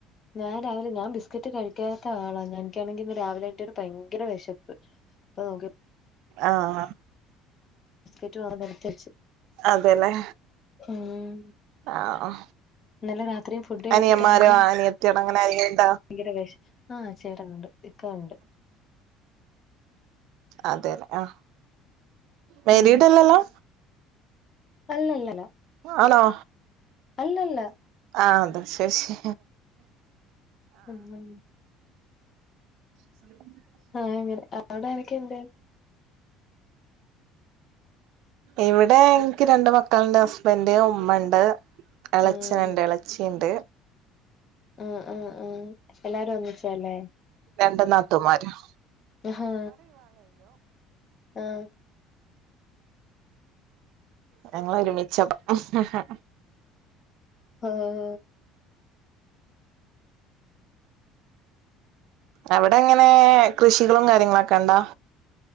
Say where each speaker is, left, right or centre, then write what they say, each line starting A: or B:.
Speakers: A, on the left; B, on the right.
A: ഞാൻ രാവിലെ ഞാൻ ബിസ്ക്കറ്റ് കഴിക്കാത്ത ആളാണ് ഞ എനിക്കാണെങ്കി ഇന്ന് രാവിലെ ഏറ്റിട്ട് ഭയങ്കര വെശപ്പ്. ഓക്കെ.
B: ആഹ്.
A: ബിസ്കറ്റ് വേറൊന്ന് എടുത്ത് വെച്ച്
B: അതെല്ലേ
A: ഉം.
B: ആഹ്
A: ഇന്നലെ രാത്രിയും ഫുഡ് കഴിച്ചിട്ടാണേലും
B: അനിയമ്മാരോ അനിയത്തികളോ അങ്ങനെ ആരെങ്കിലും ഉണ്ടോ?
A: ഭയങ്കര വെശ് ആഹ് ചേട്ടനുണ്ട് ഇക്ക ഉണ്ട്.
B: അതെല്ലേ ആഹ് മേരീടല്ലല്ലോ?
A: ഉം അല്ലല്ലല്ല.
B: ആണോ?
A: അല്ലല്ല.
B: ആഹ് അതാ ശൊശെ.
A: ഉം ഉം.
B: <unintelligible>
A: ആഹ് അങ്ങനെ അവിടെ ആരൊക്കെണ്ട്?
B: ഇവിടെ എനിക്ക് രണ്ട് മക്കള്ണ്ട് ഹസ്ബൻഡ് ഉമ്മണ്ട് എളച്ചനുണ്ട്
A: ആഹ്
B: എള ച്ചീണ്ട്.
A: ആഹ് ആഹ് ആഹ് എല്ലാരും ഒന്നിച്ചാല്ലേ.
B: രണ്ട് നാത്തുമാരും.
A: ആഹ് ആഹ്.
B: ഞങ്ങള് ഒരുമിച്ച ഹൂ ഹൂ.
A: ആഹ്.
B: അവിടെ എങ്ങനെ കൃഷികളും കാര്യങ്ങളൊക്കെണ്ടാ?